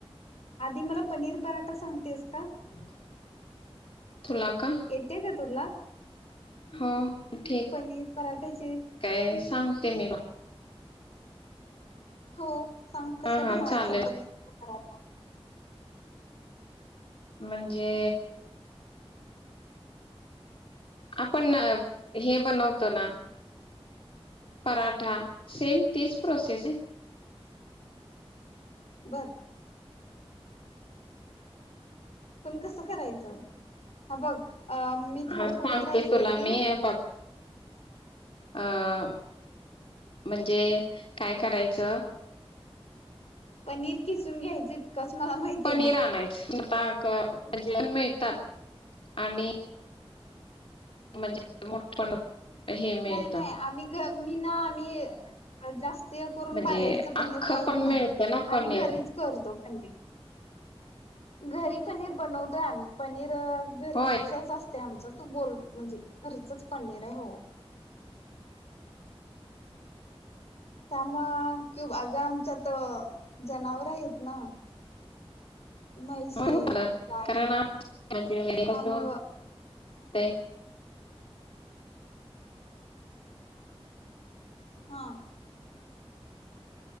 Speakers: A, on the left; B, on the left.
A: आधी मला पनीर पराठा सांगतेयस्
B: <inaudible> का
A: येतेय काय तुला?
B: हो. ठीक
A: पनीर पराठ्याची
B: काय सांगते मी म्
A: हो सांग कसा
B: हा हा
A: बनवायचा
B: चालेल.
A: पनीर पराठा?
B: म्हंजे आपण हे बनवतो ना पराठा सेम तीच प्रोसेस आहे.
A: बर पण कसं करायचं? हा बग अ मी थोडं
B: हा सांगते
A: कुठतर ऐकलंय
B: तुला
A: की
B: मी हे बघ अ म्हणजे काय करायचं
A: पनीर किसून घ्यायचय इतकचं मला माहितीय
B: पनीर
A: बघ.
B: आणायचं आता का् म्हणजे मिळतात आणि म्हणजे मोठ पण हे मिळतं
A: नाही नाही आम्ही गं मी ना आम्ही अ् ज जास्त ते करून
B: म्हणजे
A: बाहेरच पनीर
B: अख्खं
A: खाईत
B: पण मिळतं
A: नाही
B: ना पनीर
A: आम्ही घरीच करतो पनीर. घरी पनीर बनवतोय आम्ही पनीर घरीच
B: होय.
A: असत्या -- ते आमच तू बोल म्हणजे घरचच पनीर आहे हो. त्यामुळे कि आग आमच्या त जनावर आहेत ना! म्हैशी
B: <unintelligible>
A: गाई त्यामुळं
B: ते
A: हा.